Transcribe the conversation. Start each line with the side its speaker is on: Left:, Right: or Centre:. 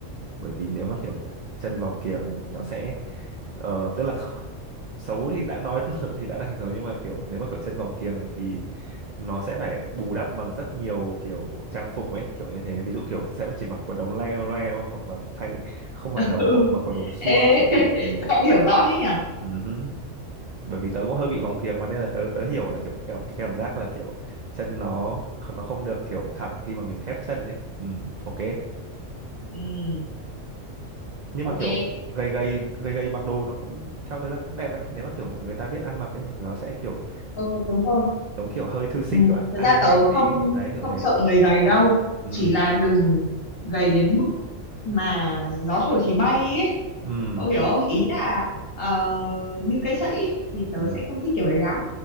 Right: bởi vì nếu mà kiểu chân vòng kiềng thì nó sẽ ờ, tức là kh- xấu thì đã nói <laughs> thì đã đành rồi nhưng mà kiểu nếu mà kiểu chân vòng kiềng thì nó sẽ phải bù đắp bằng rất nhiều kiểu trang phục ấy kiểu như thế ví dụ kiểu sẽ chỉ mặc quần ống le loe đúng không và thay không phải
Left: <laughs>
Right: là một
Left: ừ.
Right: mặc quần ống suông
Left: ê
Right: kiểu thế
Left: <laughs>
Right: ừ.
Left: cậu hiểu rõ thế nhỉ
Right: ừ hứ. bởi vì tớ cũng hơi bị vòng kiếng mà nên là tớ tớ hiểu là kiểu cảm cái cảm giác là kiểu chân nó nó không được kiểu thẳng khi mà mình khép chân ấy ừ. ok
Left: ừ
Right: nhưng
Left: ok
Right: mà kiểu gầy gầy gầy gầy mặc đồ nó cũng theo tớ là cũng đẹp đấy nếu mà kiểu người ta biết ăn mặc đấy nó sẽ kiểu
Left: ừ đúng rồi
Right: giống kiểu hơi thư sinh
Left: ừ,
Right: của anime
Left: thật ra tớ
Right: một tí
Left: không
Right: đấy kiểu
Left: không
Right: thế
Left: sợ người gầy đâu
Right: ừ
Left: chỉ là đừng gầy đến mức mà gió thổi thì bay ấy
Right: ừ
Left: cậu hiểu không ý là ờ, như cây sậy ấy, thì tớ
Right: ừ
Left: sẽ không thích kiểu đấy lắm